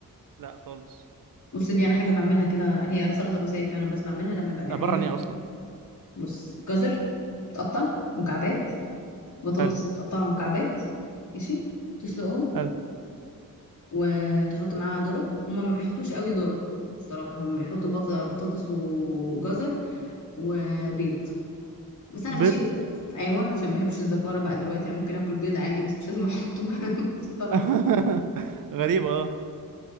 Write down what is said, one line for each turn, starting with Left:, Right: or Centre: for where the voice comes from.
Right: لا خالص
Left: بص دي انا حاجه بعملها كده هي سلطه روسيه فعلا بس بعملها لما ببقى جعانه
Right: عباره عن
Left: و...
Right: ايه اصلا
Left: بص جزر تقطع مكعبات بطاطس
Right: حلو
Left: تقطع مكعبات ماشي تسلقهم
Right: حلو
Left: وتحط معاها ذره هما ما بيحطوش قوي ذره الصراحه هم بيحطوا بط... بطاطس وجزر وبيض بس انا
Right: بيض
Left: بشيل البيض ايوه عشان ما بحبش الزفاره بقى دلوقتي انا ممكن اكل بيض عادي بس مش لازم احطه بقى <laughs> في السلطه
Right: <laughs> غريبه اه